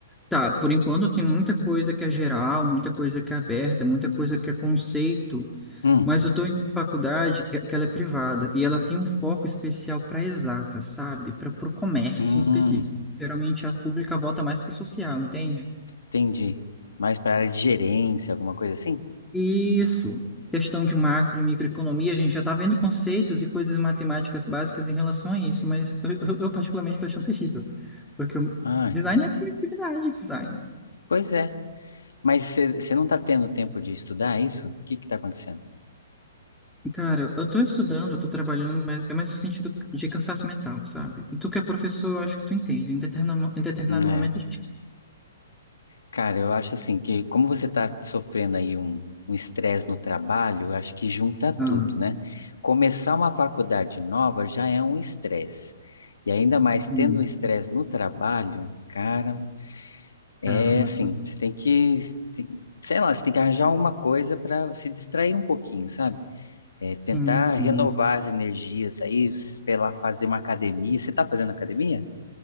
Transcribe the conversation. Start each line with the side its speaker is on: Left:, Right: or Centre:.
Centre: Tá, por enquanto tem muita coisa que é geral, muita coisa que é aberta, muita coisa que é conceito,
Left: Hum,
Centre: mas eu estou em uma faculdade que, que ela é privada e ela tem um foco especial para exata, sabe? Para o comércio
Left: hum.
Centre: em específico. Geralmente a pública volta mais para o social, entende?
Left: Entendi. Mais para área de gerência, alguma coisa assim?
Centre: Isso. Questão de macro e microeconomia, a gente já está vendo conceitos e coisas matemáticas básicas em relação a isso, mas eu, eu- eu particularmente estou achando terrível, porque o
Left: Ai,
Centre: design é criatividade, design.
Left: pois é. Mas você não tá tendo tempo de estudar isso? O que que tá acontecendo?
Centre: Cara, eu tô estudando, eu tô trabalhando, mas é mais no sentido de cansaço mental, sabe? Tu que é professor, eu acho que tu entende. Em determinado, em determinado
Left: Hum, É.
Centre: momento a gente.
Left: Cara, eu acho assim que como você tá sofrendo aí um um estresse no trabalho, eu acho que junta tudo,
Centre: Ah,
Left: né? Começar uma faculdade nova já é um estresse. E ainda mais tendo
Centre: hum,
Left: um estresse no trabalho, cara, é
Centre: cara, muito.
Left: assim, você tem que, tem- sei lá, você tem que arranjar alguma coisa para se distrair um pouquinho, sabe? É, tentar
Centre: Sim,
Left: renovar
Centre: sim.
Left: as energias aí, sei lá, fazer uma academia. Você tá fazendo academia?